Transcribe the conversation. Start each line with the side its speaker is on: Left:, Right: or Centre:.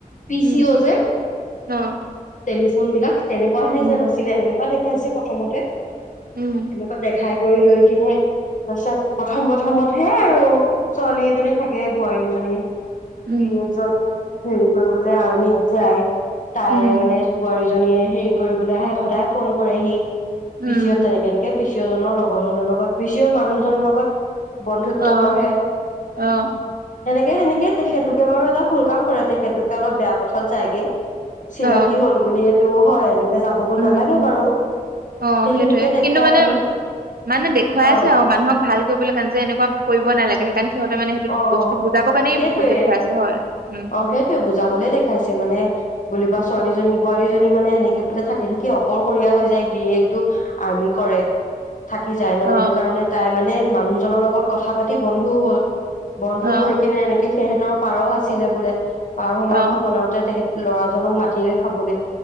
Left: পি
Right: উম
Left: চি অ' যে
Right: অ
Left: টেলিফোন বিলাক তেনেকুৱাহে
Right: উম
Left: যে নাছিলে সেনেকুৱা দেখাইছে প্ৰথমতে সেনেকুৱা
Right: উম
Left: দেখাই কৰি লৈ কিনে তাৰ পিছত প্ৰথম প্ৰথমতহে আৰু ছোৱালী এজনী থাকে বোৱাৰী এজনী
Right: উম
Left: গিৰিয়েকজন হেৰি কৰিবলৈ আৰ্মিত যায় তাই
Right: উম
Left: মানে বোৱাৰীজনীয়ে হেৰি কৰিবলৈ আহে সদায় ফোনন কৰেহি
Right: উম
Left: পিচিত তেনেকেনেকে পি চি অ জনৰ লগৰজনৰ লগত পি চি অ মানুহজনৰ লগত বন্ধুত্ব
Right: অ
Left: গঢ়ে
Right: অ
Left: সেনেকে সেনেকয় তেখেতলোকে বাৰু এটা ভুল কাম কৰে তেখেতলোকে অলপ বেয়া পথত যায়গে চিনাকি
Right: অ
Left: হ'ল বুলিয়েটো হয় এনেকে যাবগৈ
Right: উম
Left: নালাগে
Right: উম
Left: বাৰু
Right: অ
Left: সেইখিনিকে
Right: সেইটোয়ে
Left: দেখাই
Right: কিন্তু মানে
Left: আৰু
Right: মানে দেখুৱাই
Left: অ
Right: আছে আৰু মানুহক ভাল কৰিবলৈ কাৰণে যে এনেকুৱা কৰিব নালাগে সেইকাৰণে সিহঁতে মানে সেইটো
Left: অ,
Right: বস্তু বুজাবৰ কাৰণেই
Left: সেইটোৱে
Right: দেখুৱাই আছে হয় উম
Left: অ', সেইটোৱে বুজাবলে দেখাইছে মানে বুলিবা ছোৱীজনীক বোৱাৰীজনী মানে সেনেকে পেলাই থাকি থাকি অকলশৰীয়া হৈ যায়, গিৰিয়েকটো আৰ্মি কৰে। থাকি যায় ন'
Right: অ
Left: সেইটো কাৰণে তাই মানে মানুহজনৰ লগত কথা পাতি বন্ধু হ'ল। বন্ধু
Right: অ
Left: হৈ কিনে এনেকে সিহতৰ পাৰ আছিলে বোলে, পাৰ
Right: অ
Left: মাংস বনাও ল'ৰাজনক মাতিলে খাবলৈ